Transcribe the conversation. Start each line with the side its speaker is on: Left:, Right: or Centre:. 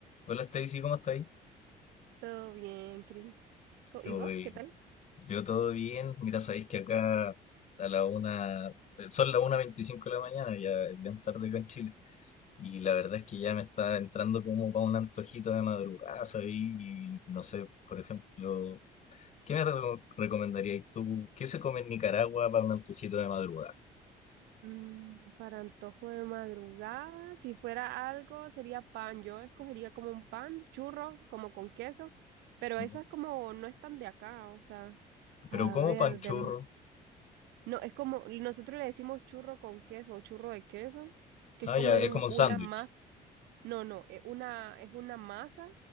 Left: Hola Stacy, ¿cómo estáis?
Right: Todo bien, Cris. Co-
Left: Yo,
Right: ¿Y vos,
Left: eh,
Right: qué tal?
Left: yo todo bien. Mira, sabéis que acá a la una, eh, son las una veinticinco de la mañana, ya es bien tarde acá en Chile. Y la verdad es que ya me está entrando como para un antojito de madrugada, ¿sabéis? Y no sé, por ejemplo, ¿qué me reco- recomendaríais tú? ¿Qué se come en Nicaragua para un antojito de madrugada?
Right: Mm, para antojo de madrugada, si fuera algo, sería pan. Yo escogería como un pan, churro, como con queso, pero
Left: ¿Ya?
Right: eso es como, no es tan de acá, o sea, a
Left: Pero como
Right: ver,
Left: panchurro.
Right: demás. No, es como, nosotros le decimos churro con queso o churro de queso, que
Left: Ah,
Right: es como
Left: ya,
Right: un-
Left: es como un
Right: una
Left: sándwich,
Right: masa, no, no, es una, es una masa,